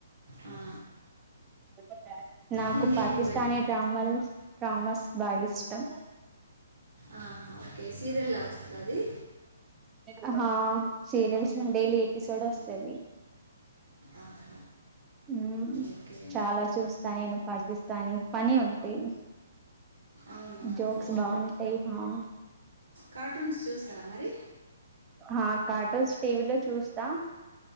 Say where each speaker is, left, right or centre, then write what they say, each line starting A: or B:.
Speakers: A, on the right (about 70°); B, on the right (about 15°).
A: ఆ
B: చెప్ప నాకు
A: హిందీ
B: పాకిస్తానీ
A: మూవీ
B: డ్రామల్ తమస్ బాగా ఇష్టం
A: ఆహా ఓకే సీరియల్లా వస్తుద అది
B: ఆహా సీరియల్స్ డైలీ ఎపిసోడ్ వస్తది
A: ఆహా,
B: ఉ
A: ఓకే
B: చాలా చూస్తా నేను పాకిస్తానీ పని ఉంటే
A: అవునా
B: జోక్స్ బాగుంటాయి ఆ
A: కార్టూన్స్ చూస్ త్తార మరి
B: హా కార్టూన్స్ టీవీలో చూస్తా